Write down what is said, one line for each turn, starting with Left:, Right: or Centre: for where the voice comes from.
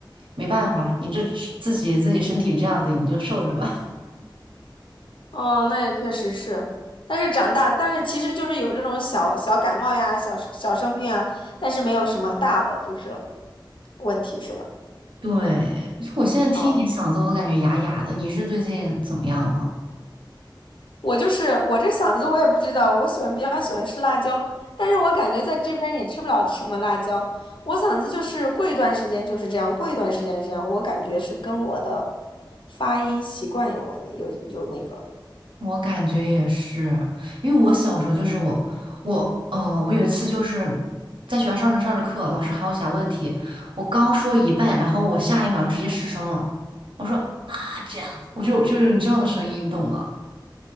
Right: 没办法，你这自己自己身体这样子，你就受着吧。
Left: 哦，那也确实是，但是长大，但是其实就是有这种小小感冒呀、小小生病啊，但是没有什么大的就是问题，是吧？
Right: 对，我现在听你嗓子，
Left: 啊，
Right: 我都感觉哑哑的。你是最近怎么样了吗？
Left: 我就是我这嗓子我也不知道，我喜欢比较喜欢吃辣椒，但是我感觉在这边也吃不了什么辣椒，我嗓子就是过一段时间就是这样，过一段时间这样，我感觉是跟我的发音习惯有问有有那个，
Right: 我感觉也是，因为我小时候就是我，我，呃，我有一次就是在学校上着上着课，老师喊我写问题，我刚说一半，然后我下一秒直接失声了，我说啊这样子，我就就是你这样的声音，你懂吗？